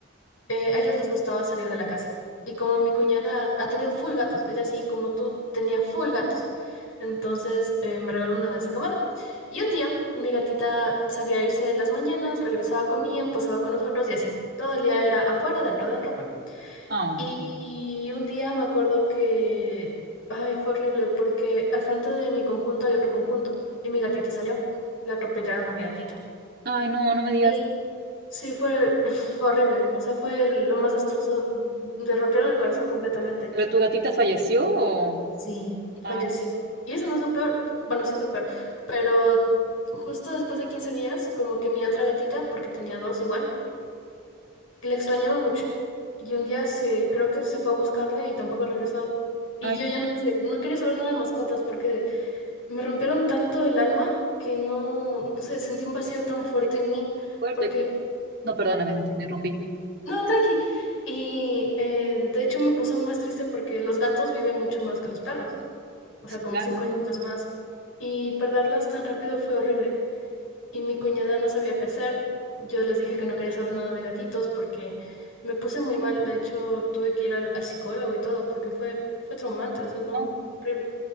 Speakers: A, on the left; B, on the right.
A: eh, a ellos les gustaba salir de la casa. Y como mi cuñada ha tenido full gatos, ella así como tú tenía full gatos. Entonces eh, me regaló uno de esa camada. Y un día mi gatita sabía irse en las mañanas, regresaba, comía, pasaba con nosotros y así. Todo el día era afuera, dentro, dentro, afuera.
B: Ah,
A: Y un día me acuerdo que, ay, fue horrible porque al frente de mi conjunto hay otro conjunto y mi gatita salió, le atropellaron a mi gatita.
B: Ay, no, no me digas,
A: Y sí, fue, uf, fue horrible, o sea, fue lo más destrozo, le rompieron el corazón completamente.
B: ¿pero tu gatita falleció o...?
A: Sí,
B: Ah,
A: falleció. Y eso no es lo peor, bueno, sí es lo peor, pero justo después de 15 días, como que mi otra gatita, porque tenía dos igual, Le extrañaba mucho. Y un día se, creo que se fue a buscarle y tampoco regresó. Y
B: ay,
A: yo
B: no,
A: ya no sé, no quería saber nada de mascotas porque me rompieron tanto el alma que no, no sé, sentí un vacío tan fuerte
B: qué
A: en mí.
B: fuerte.
A: Porque,
B: No, perdóname, te interrumpí.
A: no, tranqui. Y eh, de hecho me puse aún más triste porque los gatos viven mucho más que los perros. O
B: Sí,
A: sea, como
B: claro,
A: cinco años más. Y perderlas tan rápido fue horrible. y mi cuñada no sabía qué hacer. Yo les dije que no quería saber nada de gatitos porque me puse muy mal. De hecho, tuve que ir al, al psicólogo y todo porque fue, fue traumante, o sea, no,
B: ¿no?
A: fue horrible.